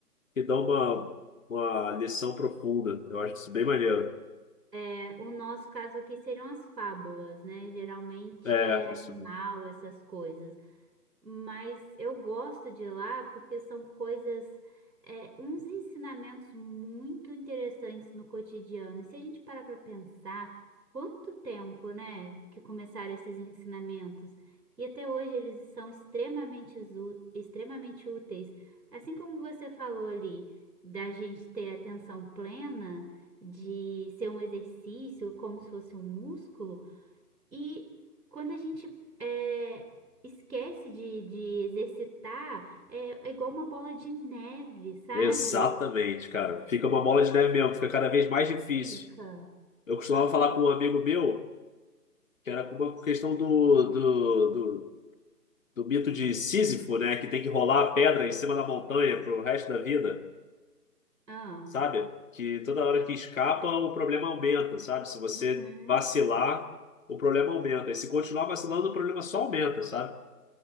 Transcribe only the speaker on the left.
que dão uma, uma lição profunda. Eu acho isso bem maneiro.
É,
isso.
Exatamente, cara. Fica uma bola de neve mesmo, fica cada vez mais difícil.
Eu costumava
falar com um amigo meu. que era com a questão do, do, do, do mito de Sísifo, né? Que tem que rolar a pedra em cima da montanha pro resto da vida,
sabe? Que toda hora que escapa, o problema aumenta, sabe? Se você
vacilar, o problema aumenta. E se continuar vacilando, o problema só aumenta, sabe?